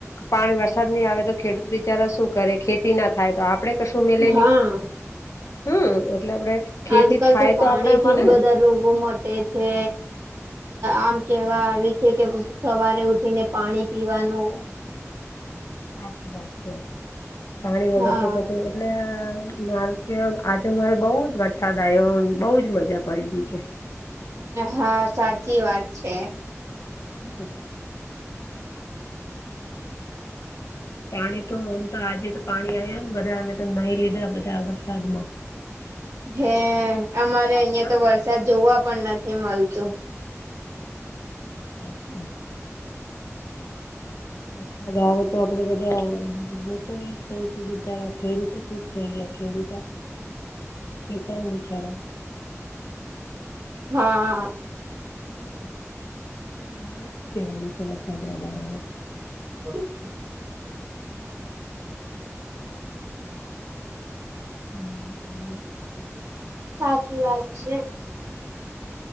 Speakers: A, on the left; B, on the right.
A: પાણી વરસાદ નહી આવે તો ખેડૂત બિચારા શું કરે ખેતી ના થાય તો આપડે- કશું મેલે
B: હા
A: નહી હમ એટલે આપડે- ખેતી
B: આજકાલ
A: થાય
B: તો પાણી
A: આપડે
B: થી
A: મળે
B: જ બધા
A: ને
B: રોગો માટે- છે આમ કેવા આવ છે કે સવારે ઉઠીને પાણી પીવાનું-
A: સાચી વાત છે પાણી વગર
B: હા
A: તો કછને- એટ માલક આજે મારે બઉુ જ વરસાદ આવ્યો બહુજ મજા- પડી ગઈ છે
B: હા સાચી વાત છે.
A: હ હ <unintelligible> પાણી તો એમ તો આજે તો પાણી આવ્યા ને બધા અમે તો નહી લીધા બધા વરસાદ માં-
B: હે અમારે અહિયાં
A: હા
B: તો વર્ષ- જોવા પણ નથી મળતું-
A: હા નથી- વરસાદ આવે તો આપડે બધા <unintelligible> મોટ એ કશું બીચરા ખેડતો શુંજ થઈ ગયા ખેડૂત- કેસન બિચારા <unintelligible>
B: હા
A: તમારે શું કેવા છે. વસાદરા
B: બ <inaudible>
A: <unintelligible>
B: સાચી વાત છે.